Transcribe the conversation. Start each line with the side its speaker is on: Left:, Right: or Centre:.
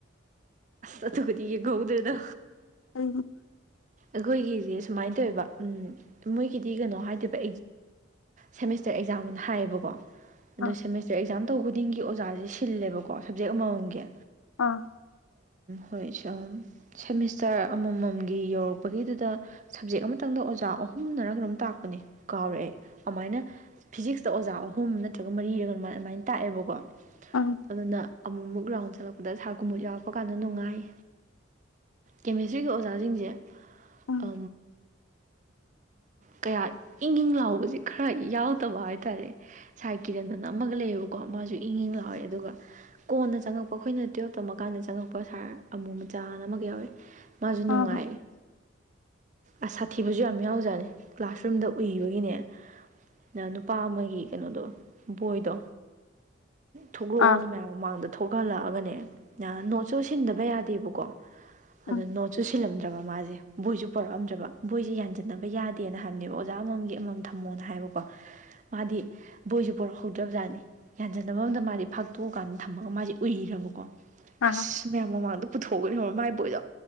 Right: ꯑ ꯑꯗꯨ ꯈꯔꯤ ꯌꯦ ꯀꯧꯗꯦꯗ
Left: ꯑ
Right: ꯑꯩꯈꯣꯏꯒꯤꯁꯦ ꯁꯨꯃꯥꯏꯅ ꯇꯧꯋꯦꯕ ꯎꯝ ꯃꯣꯏꯒꯤꯗꯤ ꯀꯩꯅꯣ ꯍꯥꯏꯗꯕ ꯁꯦꯃꯤꯁꯇꯔ ꯑꯦꯛꯖꯥꯝꯅ ꯍꯥꯏꯌꯦꯕꯀꯣ ꯑꯣ
Left: ꯑꯥ
Right: ꯁꯦꯃꯤꯁꯇꯔ ꯑꯦꯛꯖꯥꯝ ꯇꯧꯕ ꯈꯨꯗꯤꯡꯒꯤ ꯑꯣꯖꯥꯁꯦ ꯁꯤꯜꯂꯦꯕꯀꯣ ꯁꯞꯖꯦꯛ ꯑꯃꯃꯝꯒꯤ
Left: ꯑꯥ
Right: ꯍꯣꯏ ꯁꯦꯃꯤꯁꯇꯔ ꯑꯃꯃꯝꯒꯤ ꯌꯧꯔꯛꯄꯒꯤꯗꯨꯗ ꯁꯞꯖꯦꯛ ꯑꯃꯇꯪꯗ ꯑꯣꯖꯥ ꯑꯍꯨꯝꯅꯔ ꯀꯅꯣꯝ ꯇꯥꯛꯄꯅꯦ ꯀꯥꯎꯔꯛꯑꯦ ꯑꯗꯨꯃꯥꯏꯅ ꯐꯤꯖꯤꯛꯁꯇ ꯑꯣꯖꯥ ꯑꯍꯨꯝ ꯅꯠꯇ꯭ꯔꯒ ꯃꯔꯤꯔ ꯑꯗꯨꯃꯥꯏꯅ ꯇꯥꯛꯑꯦꯕꯀꯣ
Left: ꯑꯥ
Right: ꯑꯗꯨꯅ ꯑꯃꯨꯛꯃꯨꯛ ꯔꯥꯎꯟ ꯆꯠꯂꯛꯄꯗ ꯁꯥꯔ ꯀꯨꯝꯃꯣꯛ ꯌꯥꯎ ꯊꯣꯛꯄ ꯀꯥꯟꯗ ꯅꯨꯡꯉꯥꯏ ꯀꯦꯃꯤꯁꯇ꯭ꯔꯤꯒꯤ ꯑꯣꯖꯥꯁꯤꯡꯁꯦ
Left: ꯑꯥ
Right: ꯑ ꯀꯌꯥ ꯏꯪ ꯏꯪ ꯂꯥꯎꯕꯁꯦ ꯈꯔ ꯌꯥꯎꯗꯕ ꯍꯥꯏꯇꯥꯔꯦ ꯁꯥꯏ ꯀꯤꯔꯟꯗꯅ ꯑꯃꯒ ꯂꯩꯌꯦꯕꯀꯣ ꯃꯥꯁꯨ ꯏꯪ ꯏꯪ ꯂꯥꯎꯋꯦ ꯑꯗꯨꯒ ꯀꯣꯟꯅ ꯆꯪꯉꯛꯄ ꯑꯩꯈꯣꯏꯅ ꯇꯨꯌꯦꯜꯞ ꯇ ꯃ ꯀꯥꯟꯗ ꯆꯪꯉꯛꯄ ꯁꯥꯔ ꯑꯃꯨ ꯃꯆꯥꯅ ꯑꯃꯒ ꯌꯥꯎꯋꯦ ꯃꯥꯁꯨ ꯅꯨꯡꯉꯥꯏ
Left: ꯑꯥ
Right: ꯑꯁ ꯁꯥꯊꯤꯕꯁꯨ ꯌꯥꯝ ꯌꯥꯎꯖꯥꯠꯅꯤ ꯀ꯭ꯂꯥꯁꯔꯨꯝꯗ ꯎꯏꯕꯒꯤꯅꯦ ꯅ ꯅꯨꯄꯥ ꯑꯃꯒꯤ ꯀꯩꯅꯣꯗꯣ ꯕꯣꯏꯗꯣ ꯊꯣꯛꯂꯛꯑꯣꯅ
Left: ꯑꯥ
Right: ꯃꯌꯥꯝ ꯃꯃꯥꯡꯗ ꯊꯣꯛꯍꯜꯂꯛꯑꯒꯅꯦ ꯅꯣꯠꯁꯨ ꯁꯤꯟꯗꯕ ꯌꯥꯗꯦꯕꯀꯣ ꯑꯗ
Left: ꯎꯝ
Right: ꯅꯣ ꯆ ꯁꯤꯜꯂꯝꯗ꯭ꯔꯕ ꯃꯥꯁꯦ ꯕꯣꯏꯁꯨ ꯄꯣꯔꯛꯑꯝꯗ꯭ꯔꯕ ꯕꯣꯏꯁꯦ ꯌꯥꯟꯁꯤꯟꯅꯕ ꯌꯥꯗꯦꯅ ꯍꯥꯏꯕꯅꯦꯕ ꯑꯣꯖꯥ ꯑꯃꯃꯝꯒꯤꯝ ꯊꯝꯃꯣꯅ ꯍꯥꯏꯕꯀꯣ ꯃꯥꯗꯤ ꯕꯣꯏꯁꯨ ꯄꯣꯔꯛꯍꯧꯗ꯭ꯔꯕꯖꯥꯠꯅꯤ ꯌꯥꯟꯖꯟꯅꯕ ꯑꯝꯗ ꯃꯥꯗꯤ ꯐꯥꯛꯇꯣꯛꯑꯀꯥꯟꯗ ꯊꯝꯃꯒ ꯃꯥꯁꯦ ꯎꯏꯕꯀꯣ
Left: ꯑꯥ
Right: ꯑꯁ ꯃꯌꯥꯝ ꯃꯃꯥꯡꯗ ꯄꯨꯊꯣꯛꯑꯒꯅꯤ ꯃꯃꯥꯏꯕꯣꯏꯗꯣ